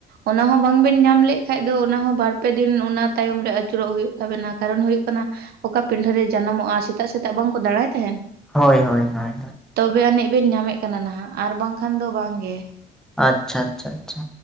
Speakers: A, on the right; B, in the centre.
A: ᱚᱱᱟ ᱦᱚᱸ ᱵᱟᱝ ᱵᱮᱱ ᱧᱟᱢ ᱞᱮᱫ ᱠᱷᱟᱡ ᱫᱚ ᱚᱱᱟ ᱦᱚᱸ ᱵᱟᱨ ᱯᱮ ᱫᱤᱱ ᱚᱱᱟ ᱛᱟᱭᱚᱢ ᱨᱮ ᱟᱹᱪᱩᱨᱚᱜ ᱦᱩᱭᱩᱜ ᱛᱟᱵᱮᱱᱟ, ᱠᱟᱨᱚᱱ ᱦᱩᱭᱩᱜ ᱠᱟᱱᱟ ᱚᱠᱟ ᱯᱤᱰᱷᱟᱹ ᱨᱮ ᱡᱟᱱᱟᱢᱚᱜᱼᱟ᱾ ᱥᱮᱛᱟᱜ ᱥᱮᱛᱟᱜ ᱵᱟᱝᱠᱚ ᱫᱟᱬᱟᱭ ᱛᱟᱦᱮᱱ?
B: ᱦᱳᱭ, ᱦᱳᱭ, ᱦᱳᱭ,
A: ᱛᱚᱵᱮ ᱟᱹᱱᱤᱡ ᱵᱮᱱ ᱧᱟᱢᱮᱫ ᱠᱟᱱᱟ ᱱᱟᱦᱟᱜ, ᱟᱨ ᱵᱟᱝᱠᱷᱟᱱ ᱫᱚ ᱵᱟᱝ ᱜᱮ᱾
B: ᱟᱪᱪᱷᱟ, ᱟᱪᱪᱷᱟ, ᱟᱪᱪᱷᱟ,